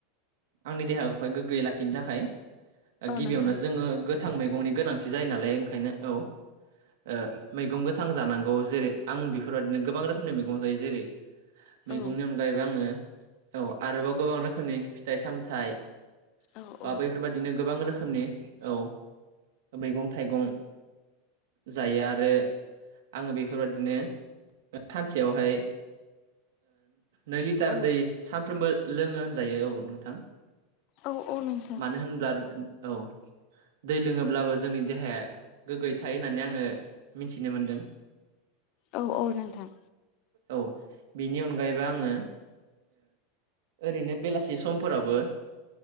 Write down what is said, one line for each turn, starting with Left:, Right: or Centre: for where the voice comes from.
Right: आंनि देहाखौहाय गोग्गोयै लाखिनो थाखाय
Left: औ
Right: गिबियावनो
Left: नोंथां
Right: जोङो गोथां मैगंनि गोनांथि जायो नालाय ओंखायनो औ मैगं गोथां जानांगौ जेरै आं बेफोरबायदिनो गोबां रोखोमनि मैगं जायो जेरै मैगंनि
Left: औ
Right: अनगायैबो आङो औ आरोबाव गोबां रोखोमनि फिथाइ सामथाइ
Left: औ
Right: बा
Left: औ
Right: बैफोरबायादिनो गोबां रोखोमनि औ मैगं थाइगं जायो आरो आङो बेफोरबादिनो सानसेयावहाय नै लिटार
Left: औ
Right: दै सानफ्रोमबो लोङो होनजायो औ नोंथां
Left: औ औ नोंथां
Right: मानो होनब्ला औ दै लोङोब्लाबो जोंनि देहाया गोग्गोयै थायो होननानै आङो मिथिनो मोनदों
Left: औ औ नोंथां
Right: औ बेनि अनगायैबो आङो ओरैनो बेलासि समफोरावबो